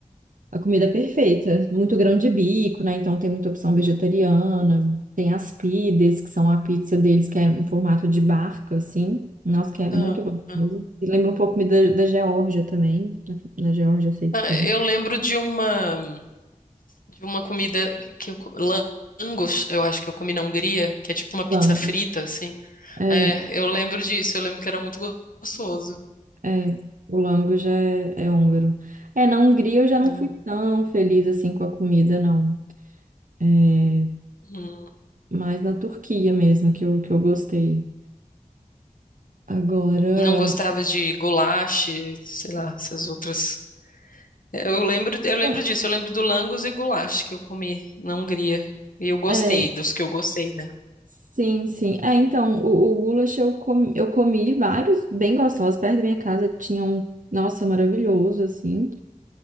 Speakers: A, on the right; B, on the left.
A: A comida é perfeita, muito grão de bico, né? Então tem muita opção vegetariana. Tem as pides, que são a pizza deles, que é em formato de barca, assim. Nossa, que é muito
B: ah,
A: gostoso.
B: ah.
A: E lembra um pouco da, da Geórgia também. Na, na Geórgia eu sei que
B: Ah,
A: tem.
B: eu lembro de uma, de uma comida que eu... co- lan- Langos, eu acho que eu comi na Hungria, que é tipo uma pizza
A: Vamos.
B: frita, assim.
A: É,
B: É, eu lembro disso, eu lembro que era muito gostoso.
A: É, o lango já é, é húngaro. É, na Hungria eu já
B: né?
A: não fui tão feliz assim com a comida, não. É,
B: Hum.
A: mais na Turquia mesmo que eu, que eu gostei. Agora,
B: Não gostava de goulash, sei lá, essas outras Eu lembro, eu lembro
A: é,
B: disso, eu lembro do langos e goulash que eu comi na Hungria. E eu gostei
A: é,
B: dos que eu gostei, né?
A: sim, sim. É, então, o, o goulash eu comi, eu comi vários bem gostosos perto da minha casa. Tinha um, nossa, maravilhoso, assim.